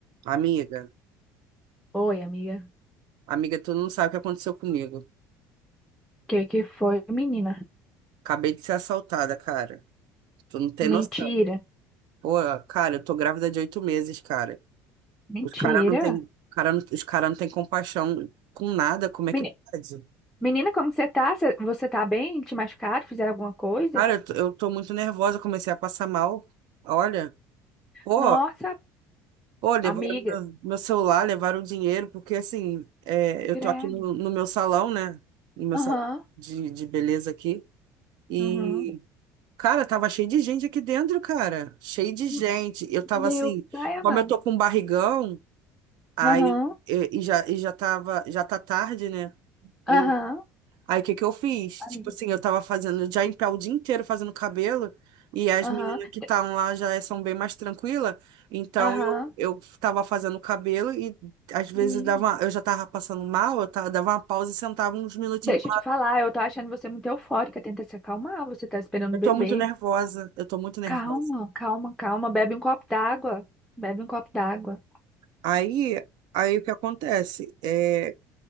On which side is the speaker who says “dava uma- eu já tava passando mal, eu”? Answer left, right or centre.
Right